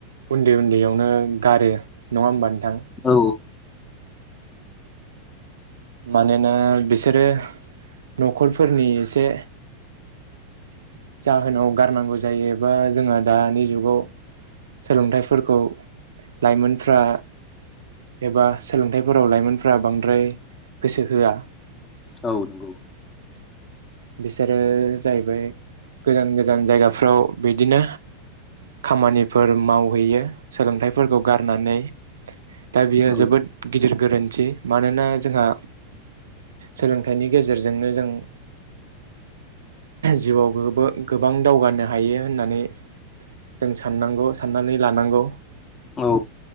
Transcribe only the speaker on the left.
औ
औ नंगौ।
औ
औ